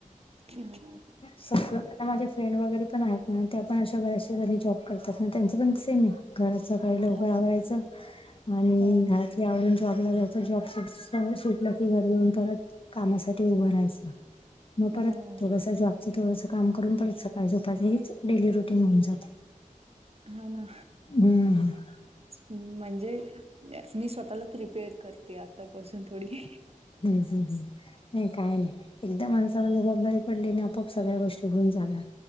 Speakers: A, on the right (about 45°); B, on the left (about 40°).
A: हम्म.
B: सगळ आता माझे फ्रेंड वगैरे पण आहेत ना. त्या पण अशा बऱ्याचशा जणी जॉब करतात. त्यांचं पण सेमे. घराच सकाळी लवकर
A: हा.
B: आवरायचं. आणि
A: हा.
B: आवरून जॉबला जायचं. जॉब सुटल घरी येऊन परत कामासाठी उभं राहायचं. मग
A: हो.
B: परत थोडस, जॉबचं थोडस काम करून परत सकाळ झोपाच. हेच डेली रुटीन होऊन जाते.
A: हा ना.
B: हम्म हम्म
A: म्हणजे मी स्वतःला प्रिपेअर करते आतापासून थोडी.
B: हम्म हम्म हम्म. नाही काही नाय. एकदा माणसावर जबाबदारी पडली ना, आपोआप सगळ्या गोष्टी होऊन जाणार.